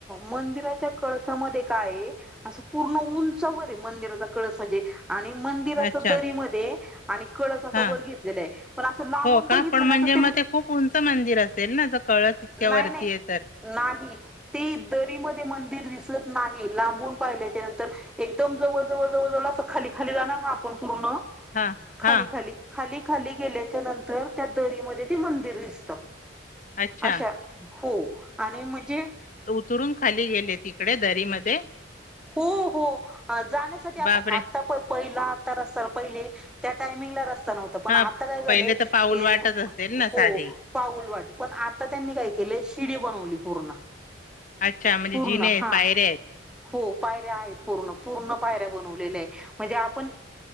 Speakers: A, in the centre; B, on the left.
A: मंदिराच्या कळसामध्ये काय असं पूर्ण उंचवर आहे मंदिराचा कळसा जे आणि मंदिर असं
B: अच्छा.
A: दरीमध्ये आणि कळस असं
B: हां.
A: वर घेतलेलं आहे पण असं लांबून
B: हो
A: बघितलं
B: का? पण म्हणजे
A: ना तर ते
B: मग खूप उंच मंदिर असेल ना, जर कळस इतक्या
A: नाही
B: वरती
A: नाही
B: आहे तर
A: नाही ते दरी मध्ये मंदिर दिसत नाही. लांबून पाहिल्याच्या नंतर एकदम जवळ जवळ जवळ जवळ खाली ाली जा पूर्ण
B: हां,
A: खाली
B: हां.
A: खाली खाली खाली गेल्याच्या नंतर त्या दरी म ते मंदिर दिसत.
B: अच्छा.
A: अशा हो आणि म्हणजे
B: तुरून खाली गेले तिकडे दरी मध्ये
A: हो हो जाण्यासाठी आ
B: बापरे!
A: आता पहिला आता रर पहिले त्या टायमिंगला र पण
B: हां,
A: आता काय
B: पहिले तर पाऊल
A: झा
B: वाटच असेल ना साधी?
A: हो पाऊल वाट पण आ त्यांनी काय केलं. शिडी बनवली पूर्ण
B: अच्छा म्हणजे
A: पूर्ण
B: जिनेस
A: हा
B: पायऱ्या येत
A: हो पायऱ्या आहेत पूर्ण पूर्ण पायऱ्या बनवलेल्या. म्हणजे आपण